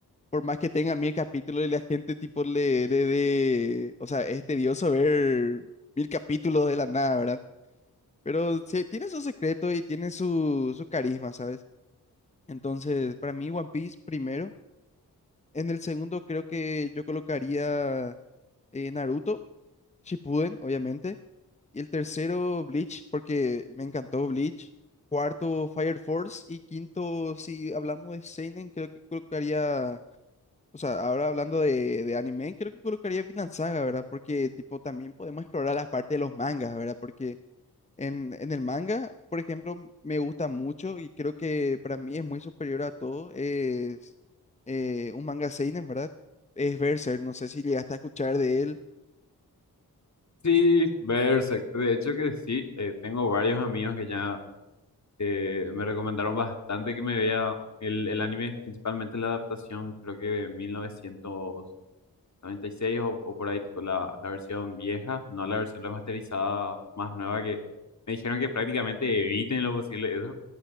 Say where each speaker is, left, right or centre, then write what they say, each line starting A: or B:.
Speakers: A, on the left (about 20°); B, on the left (about 45°).
A: Por más que tenga mil capítulos y la gente tipo le, le dé, o sea, es tedioso ver mil capítulos de la nada, ¿verdad? Pero sí, tiene su secreto y tiene su, su carisma, ¿sabes? Entonces, para mí One Piece primero. En el segundo creo que yo colocaría eh, Naruto, Shippuden, obviamente. Y el tercero, Bleach, porque me encantó Bleach. Cuarto, Fire Force. Y quinto, si hablamos de Seinen, creo que colocaría, o sea, ahora hablando de, de anime, creo que colocaría Vinland Saga, ¿verdad? Porque, tipo, también podemos explorar la parte de los mangas, ¿verdad? Porque en, en el manga, por ejemplo, m- me gusta mucho y creo que para mí es muy superior a todo. Es eh, un manga Seinen, ¿verdad? Es Berserk, no sé si llegaste a escuchar de él.
B: Sí, Berserk. De hecho que sí, eh, tengo varios amigos que ya eh, me recomendaron bastante que me vea el, el anime, principalmente la adaptación, creo que de 1996 o, o por ahí, tipo la, la versión vieja, no la versión remasterizada más nueva que me dijeron que prácticamente eviten en lo posible eso.